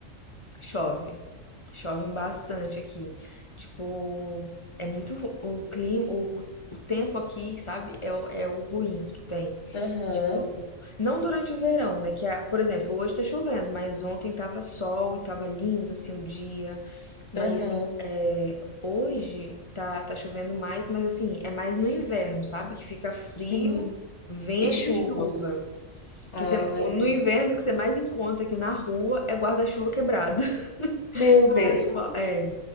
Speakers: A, on the left; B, on the left.
A: chove, chove bastante aqui. Tipo, é muito ru- o clima, o, o tempo aqui, sabe? É, o- é o ruim que tem.
B: Aham,
A: Tipo, não durante o verão, né? Que, a- por exemplo, hoje tá chovendo, mas ontem tava sol e tava lindo, assim, o dia. Mas
B: aham,
A: é, hoje tá, tá chovendo mais, mas assim, é mais no inverno, sabe? Que fica frio,
B: sim.
A: vento
B: E chuva.
A: e chuva.
B: Ah,
A: Que você- no
B: entendi.
A: inverno, o que você mais encontra aqui na rua é guarda-chuva quebrado. <laughs>
B: Meu Deus.
A: O pessoal, é,